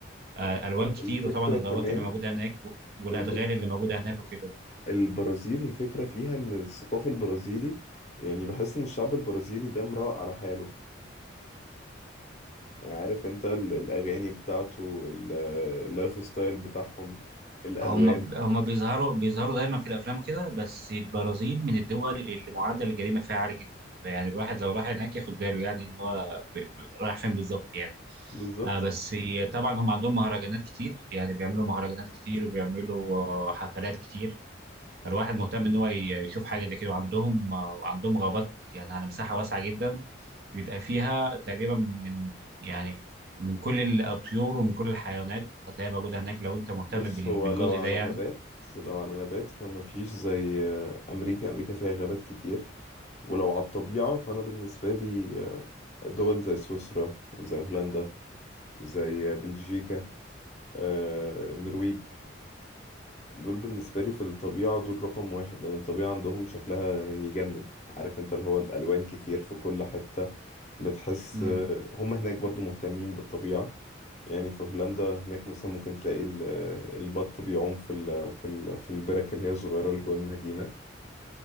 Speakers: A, on the right (about 50°); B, on the left (about 35°).
A: آه،
B: لا هو
A: الوان كتير
B: الفكرة
A: وطبعا الغابات
B: كمان
A: اللي موجوده هناك والادغال
B: الفكرة
A: اللي موجوده هناك وكده
B: البرازيل الفكرة فيها ان الثقافة البرازيلي يعني بحس ان الشعب البرازيلي ده مروق على حاله يعني عارف انت ال- الأغاني بتاعته ال- اللايف ستايل بتاعهم الألوان
A: هم ب- هم بيظهروا بيظهروا دايما في الافلام كده بس البرازيل من الدول اللي معدل الجريمه فيها عالي جدا فيعني الواحد لو راح هناك ياخد باله يعني ان هو ب... ب... رايح فين بالظبط يعني
B: بالظبط
A: آه بس طبعا هم عندهم مهرجانات كتير يعني بيعملوا مهرجانات كتير وبيعملوا آه، حفلات كتير فالواحد مهتم ان هو ي- يشوف حاجه زي كده وعندهم آه، عندهم غابات يعني على مساحه واسعه جدا بيبقى فيها تقريبا من يعني من كل الطيور ومن كل الحيوانات هتلاقيها موجوده هناك لو انت مهتم
B: بص
A: بال-
B: هو
A: بالجزء
B: لو على
A: ده يعني
B: الغابات لو على الغابات فما فيش زي آه، امريكا امريكا فيها غابات كتير ولو على الطبيعة فانا بالنسبة لي آه، دول زي سويسرا زي هولندا زي بلجيكا آه، النرويج دول بالنسبة لي في الطبيعة دول رقم واحد لأن الطبيعة عندهم شكلها يجنن عارف انت اللي هو الألوان كتير في كل حتة بتحس
A: امم
B: هم هناك برضو مهتمين بالطبيعة يعني في هولندا هناك مثلا ممكن تلاقي ال- البط بيعوم في ال في ال في البرك اللي هي الصغيرة اللي جوه المدينة